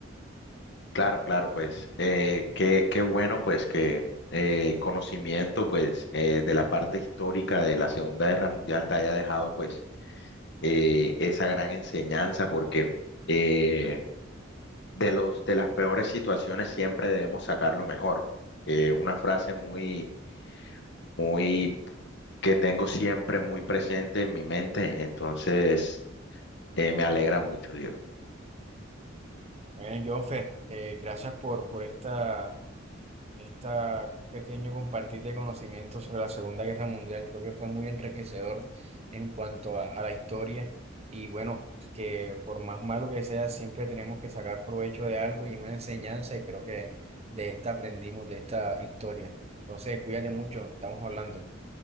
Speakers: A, on the left; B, on the right.
A: Claro, claro, pues eh, qué, qué bueno pues que eh, conocimiento pues eh, de la parte histórica de la Segunda Guerra Mundial te haya dejado pues eh, esa gran enseñanza porque eh, de los, de las peores situaciones siempre debemos sacar lo mejor. Eh, una frase muy, muy que tengo siempre muy presente en mi mente, entonces eh, me alegra mucho, Dios.
B: Bueno, Jonfer, eh, gracias por, por esta... Este pequeño compartir de conocimientos sobre la Segunda Guerra Mundial creo que fue muy enriquecedor en cuanto a, a la historia y bueno, que por más malo que sea, siempre tenemos que sacar provecho de algo y una enseñanza y creo que de esta aprendimos, de esta historia. Entonces, cuídate mucho, estamos hablando.